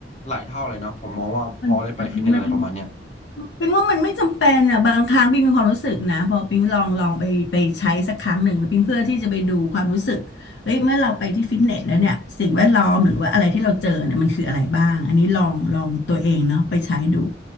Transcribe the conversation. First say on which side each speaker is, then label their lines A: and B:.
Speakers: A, on the left; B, on the left.
A: หลายเท่าเลยเนาะผมมองว่าพอได้ไปฟิตเนสอะไรประมาณเนี้ย
B: มันมันมันเป็นว่ามันไม่จำเป็นอ่ะบางครั้งปิงมีความรู้สึกนะพอปิงลองลองไปไปใช้สักครั้งหนึ่งปิงเพื่อที่จะไปดูความรู้สึกเฮ้ยเมื่อเราไปที่ฟิตเนสแล้วเนี่ยสิ่งแวดล้อมหรือว่าอะไรที่เราเจอเนี่ยมันคืออะไรบ้างอันนี้ลองลองตัวเองเนาะไปใช้ดู